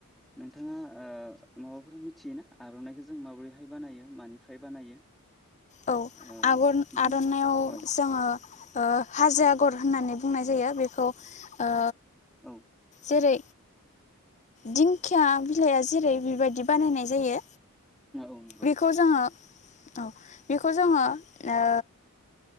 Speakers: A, in the centre; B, on the left.
A: नोंथाङा ओ माबाफोर मिथियोना आर'नाइखौ जों माबोरैहाय बानायो मानिफ्राय बानायो?
B: औ
A: ओ
B: आगन
A: बिनि
B: आर'नायइाव
A: औ
B: जोङो ओ हाजो आगर होननानै बुंनाय जायो बेखौ ओ
A: औ
B: जेरै दिंखिया बिलाइआ जेरै बेबायदि बानायनाय जायो।
A: औ नंगौ
B: बेखौ जोङो औ बेखौ जोङो ओ